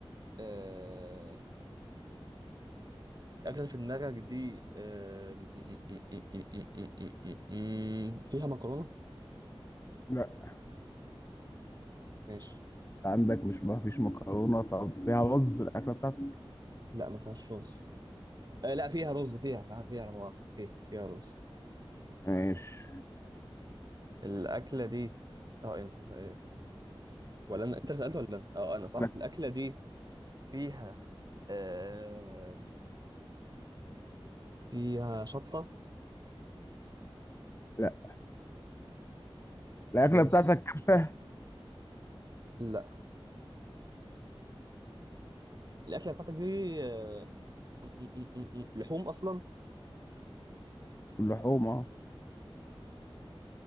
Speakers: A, on the right; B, on the left.
A: آه الأكلة اللي في دماغك دي آه... م- م- م- م- م- م- م- م- م- فيها مكرونة
B: لا
A: ماشي
B: عندك مش ما فيش مكرونة طب فيها رز الأكلة بتاعتك؟
A: لا ما فيهاش رز آه لا فيها رز فيها فيها فيها لا مؤاخذة فيها فيها رز
B: ماشي
A: الأكلة دي اه انت سأل- سأل. ولا انا انت اللي سألت ولا انا اه انا صح
B: لا
A: الأكلة دي فيها آه... فيها شطة
B: لا الأكلة
A: مش
B: بتاعتك كبسة؟
A: لا الأكلة بتاعتك دي آه... م- م- م- م- لحوم أصلا
B: اللحوم أه